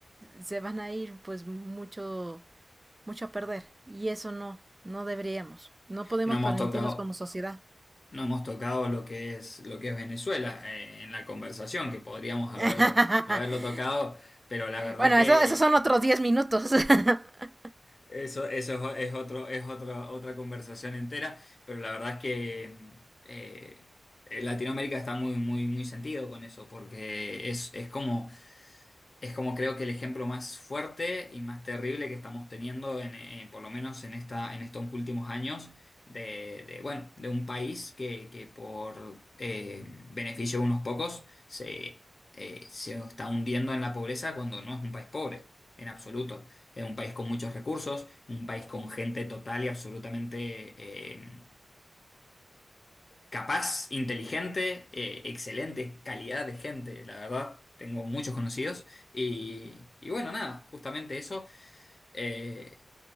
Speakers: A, on the right; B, on the left.
A: se van a ir pues mucho mucho a perder y eso no no deberíamos. No podemos
B: No hemos
A: permitirnos
B: tocado,
A: como sociedad.
B: no hemos tocado lo que es, lo que es Venezuela eh, en la conversación, que podríamos
A: <laughs>
B: haberlo, haberlo tocado, pero la verdad
A: bueno,
B: que
A: eso, esos
B: eh,
A: son otros 10 minutos. <laughs>
B: eso, eso es, es otro, es otra otra conversación entera, pero la verdad es que mm, eh, eh, Latinoamérica está muy, muy, muy sentido con eso, porque es, es como Es como creo que el ejemplo más fuerte y más terrible que estamos teniendo, en, eh, por lo menos en esta, en estos últimos años, de, de, bueno, de un país que, que por eh, beneficio de unos pocos se, eh, se está hundiendo en la pobreza cuando no es un país pobre, en absoluto. Es un país con muchos recursos, un país con gente total y absolutamente eh, capaz, inteligente, eh, excelente calidad de gente, la verdad. Tengo muchos conocidos y, y bueno, nada, justamente eso. Eh,